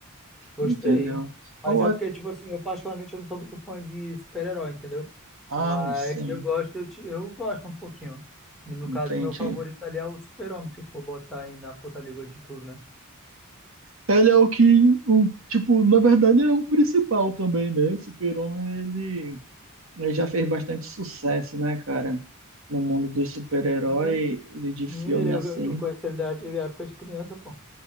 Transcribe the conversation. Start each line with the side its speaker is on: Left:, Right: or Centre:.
Centre: Gostei.
Right: entendeu?
Centre: Mas
Right: Ah,
Centre: é porque, tipo assim, eu particularmente eu não sou muito fã de super-herói, entendeu?
Right: ah,
Centre: Mas
Right: sim,
Centre: eu gosto, eu, te- eu gosto um pouquinho. No
Right: entendi.
Centre: caso, meu favorito ali é o Super-Homem, se for botar aí na puta língua de tudo, né?
Right: Ele é o que, o, tipo, na verdade ele é o principal também, né? Super-Homem, ele, ele já fez bastante sucesso, né, cara? No mundo dos super-herói,
Centre: E-
Right: ele de filme
Centre: e Ele, eu,
Right: assim.
Centre: eu conheço ele da antiga época de criança, pô.